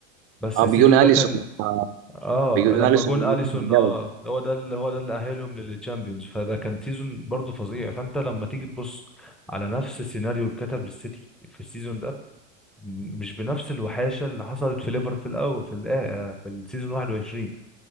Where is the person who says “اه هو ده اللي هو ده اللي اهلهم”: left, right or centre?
Centre